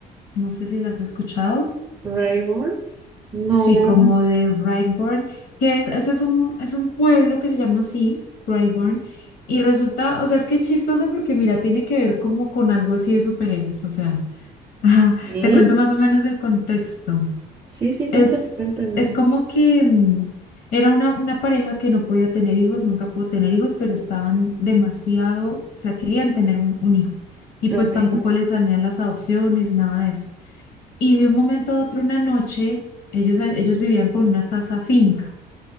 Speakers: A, on the left; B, on the right.
A: no sé si la has escuchado.
B: ¿Rival? No.
A: Sí, como de Brightburn, que es, ese es un, es un pueblo que se llama así, Brightburn, y resulta, o sea, es que es chistoso porque mira, tiene que ver como con algo así de superhéroes, o sea, <laughs> ajá,
B: ¿Sí?
A: te cuento más o menos el contexto.
B: Sí, sí, cuéntame,
A: Es,
B: cuéntame.
A: es como que mm, era una, una pareja que no podía tener hijos, nunca pudo tener hijos, pero estaban demasiado, o sea, querían tener un, un hijo, y pues
B: Ok,
A: tampoco les salían las adopciones, nada de eso. Y de un momento a otro, una noche, ellos, ellos vivían con una casa finca